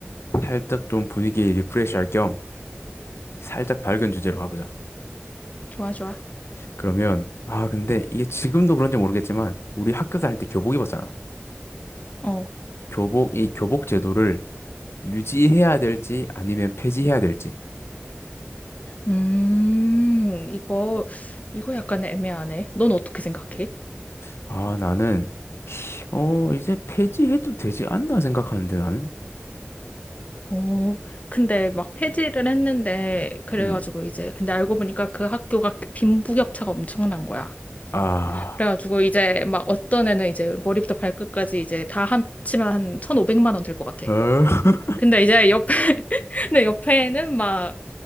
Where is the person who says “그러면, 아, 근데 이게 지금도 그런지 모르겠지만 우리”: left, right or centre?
Left